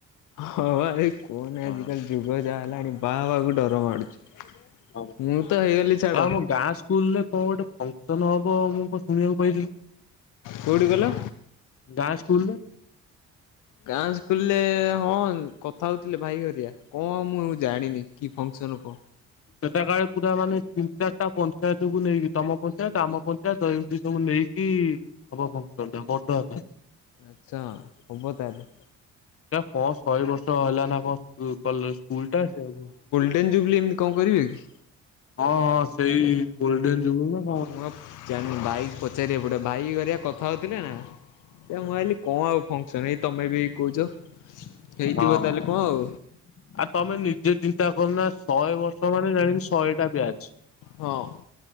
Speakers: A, on the left; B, on the left.
A: ହଁ ବା ଏ କୁହନି ଆଜିିକାଲି
B: ହଁ।
A: ଯୁଗ ଯାହା ହେଲାଣି ବାହା ହେବାକୁ ଡର ମାଡୁଛି।
B: ହଁ
A: ମୁଁ ତ ହେଇଗଲି ଛାଡ
B: ହଉ ମୋ ଗାଁ ସ୍କୁଲରେ କଣ ଗୋଟେ ଫଙ୍କସନ ହବ ମୁଁ କଣ ଶୁଣିବାକୁ ପାଇଥିଲି।
A: କୋଉଠି କହିଲ?
B: ଗାଁ ସ୍କୁଲରେ।
A: ଗାଁ ସ୍କୁଲରେ ହଁ କଥା ହଉଥିଲେ ଭାଇ ହରିଆ କଣ ମୁଁ ଜାଣିନି। କି ଫଙ୍କସନ୍ କହ?
B: ସେଟା କଳେ ପୁରା ମାନେ ତିନି ଚାରିଟା ପଞ୍ଚାୟତକୁୁ ନେଇକି ତମ ପଞ୍ଚାୟତ ଆମ ପଞ୍ଚାୟତ ଦ ସବୁ ନେଇକି କି ହବ <unintelligible>
A: ଆଚ୍ଛା ହବ ତାହେଲେ।
B: ଆ କଣ ଶହେ ବର୍ଷ ହେଲା ନା କଣ ସ୍କୁଲ ଟା ଏବେ?
A: ଯୁବୁଲି ଏମିତି କଣ କରିବେ କି?
B: ହଁ ହଁ ସେଇ ଗୋଲଡେନ୍ ଯୁବଲି।
A: ମୁଁ ଜ ବାଇକ ପ <unintelligible> ପଚାରି ବାକୁ ପଡିବ ଭାଇ ହେରିକା କଥା ହଉଥିଲେ ନା ସେ ମୁଁ ଭାବିଲି କଣ ଆଉ ଫକ୍ସନ ଏଇ ତମେ ବି କହୁଛ।
B: ହଁ।
A: ହେଇଥିବ ତାହେଲେ କଣ ଆଉ
B: ଆଉ ତମେ ନିଜେ ଚିନ୍ତା କରୁନା ଶହେ ବର୍ଷ ମାନେ ଜାଣିକି ଶହେ ଟା ବ୍ୟାଜ।
A: ହଁ